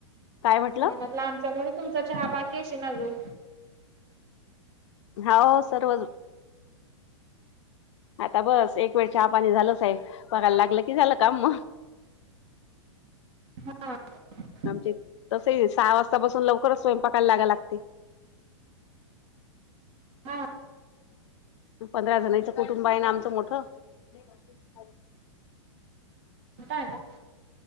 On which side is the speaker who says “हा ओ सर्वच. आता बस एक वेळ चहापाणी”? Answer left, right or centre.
Left